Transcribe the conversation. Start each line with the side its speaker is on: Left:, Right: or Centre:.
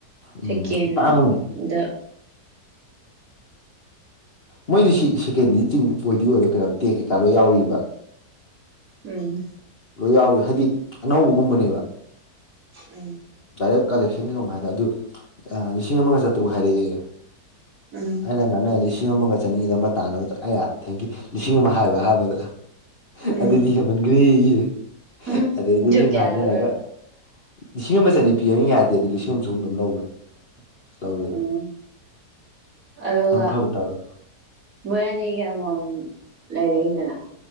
Left: ꯎꯝ
Right: ꯁꯦꯀꯦꯟꯗ
Left: ꯇꯥꯡꯕꯅꯤ ꯃꯣꯏꯗꯤ ꯁꯤ ꯁꯤꯀꯦꯟꯗꯤ ꯆꯤꯡ ꯑꯣꯏꯗꯤ ꯑꯣꯏꯔꯒ ꯀꯩꯅꯣ ꯇꯦꯛ ꯀꯩꯀꯥ ꯂꯣꯏ ꯌꯥꯎꯔꯤꯕ
Right: ꯎꯝ
Left: ꯂꯣꯏ ꯌꯥꯎꯔꯤ ꯍꯥꯏꯗꯤ ꯑꯅꯧꯕꯒꯨꯝꯕꯅꯦꯕ
Right: ꯎꯝ
Left: ꯗꯥꯏꯔꯦꯛ ꯀꯂꯦꯛꯁꯟ ꯀꯩꯒꯨꯝꯕ ꯍꯥꯏꯗꯥ ꯑꯗꯨ ꯂꯤꯁꯤꯡ ꯑꯃꯒ ꯆꯥꯇ꯭ꯔꯨꯛ ꯍꯥꯏꯔꯛꯑꯦꯌꯦ
Right: ꯎꯝ
Left: ꯑꯩꯅ ꯉꯥꯡꯅ ꯂꯤꯁꯤꯡ ꯑꯃꯒ ꯆꯅꯤꯗ ꯑꯃ ꯇꯥꯟꯅꯕꯗ ꯑꯩꯅ ꯊꯦꯡꯀꯤ ꯂꯤꯁꯤꯡ ꯑꯃ ꯍꯥꯏꯕ ꯑꯍꯥꯟꯕꯗ
Right: ꯎꯝ
Left: ꯑꯗꯨꯗꯤ ꯍꯦꯃꯟꯈ꯭꯭ꯔꯦꯌꯦ
Right: ꯎꯝ
Left: ꯑꯗꯩꯗꯤ
Right: ꯖꯨ
Left: ꯁꯨꯝ
Right: ꯀꯌꯥꯗ
Left: ꯍꯥꯏꯅꯔꯒ
Right: ꯂꯧꯔꯤꯕ
Left: ꯂꯤꯁꯤꯡ ꯑꯃ ꯆꯅꯤ ꯄꯤꯒꯦ ꯍꯥꯏꯃꯤ ꯌꯥꯗꯦ ꯑꯗꯨ ꯂꯤꯁꯤꯡ ꯑꯃ ꯆꯍꯨꯝꯗꯥ ꯑꯗꯨꯝ ꯂꯧꯈ꯭ꯔꯦ ꯂꯧꯔꯦ ꯑꯗꯨꯝ
Right: ꯎꯝ ꯑꯗꯨꯒ
Left: ꯑꯗꯨꯝ ꯈꯔꯕꯨ ꯇꯥꯔꯦ
Right: ꯃꯣꯏ ꯑꯅꯤꯒꯤ ꯑꯃꯃꯝ ꯂꯩꯔꯛꯏꯗꯅ